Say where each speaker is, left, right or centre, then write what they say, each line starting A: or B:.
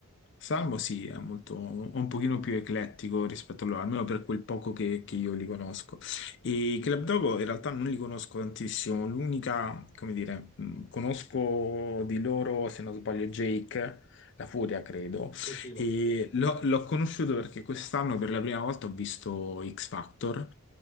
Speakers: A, on the left; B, on the left.
A: Salmo sì, è molto, un pochino più eclettico rispetto a loro, almeno per quel poco che, che io li conosco. E i Club Dogo in realtà non li conosco tantissimo, l'unica, come dire, mh, conosco di loro, se non sbaglio, Jake, La Furia,
B: Mhm.
A: credo,
B: Sì, sì, la
A: e
B: furia.
A: l'ho l'ho conosciuto perché quest'anno per la prima volta ho visto X Factor,